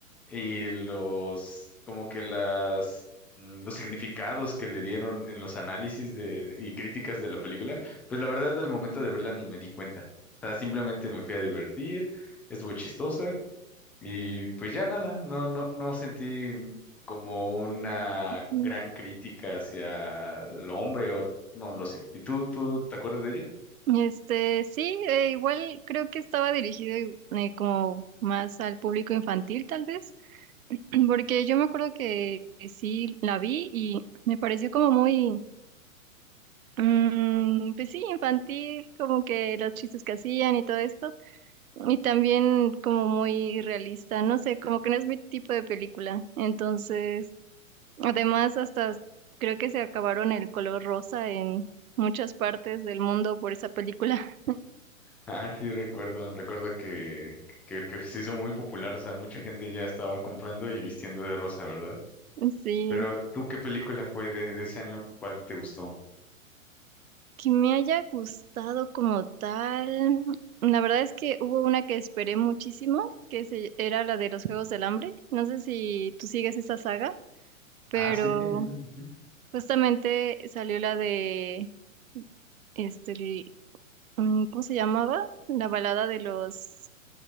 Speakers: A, in the centre; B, on the right.
A: y los, como que las, mm, los significados que le dieron en los análisis de, y críticas de la película, pues la verdad al momento de verla ni me di cuenta. O sea, simplemente me fui a divertir, estuvo chistosa. Y pues ya nada, no, no, no sentí como una
B: Mm.
A: gran crítica hacia el hombre o no lo sé. ¿Y tú, tú te acuerdas de ella?
B: Este, sí, eh, igual creo que estaba dirigido eh, como más al público infantil, tal vez. Porque yo me acuerdo que que sí la vi y me pareció como muy, mm, pues sí, infantil, como que los chistes que hacían y todo esto, y también como muy realista, no sé, como que no es mi tipo de película. Entonces, además, hasta creo que se acabaron el color rosa en muchas partes del mundo por esa película.
A: Ah, sí, recuerdo, recuerdo que, que, que se hizo muy popular, o sea, mucha gente ya estaba comprando y vistiendo de rosa, ¿verdad?
B: <laughs> Sí,
A: Pero tú, ¿qué película fue de, de ese año? ¿Cuál te gustó?
B: Que me haya gustado como tal. La verdad es que hubo una que esperé muchísimo, que se, era la de los Juegos del Hambre. No sé si tú sigues esa saga, pero
A: Ah, sí, sí, dime. ujú.
B: justamente salió la de, este, el- mm, ¿cómo se llamaba? La balada de los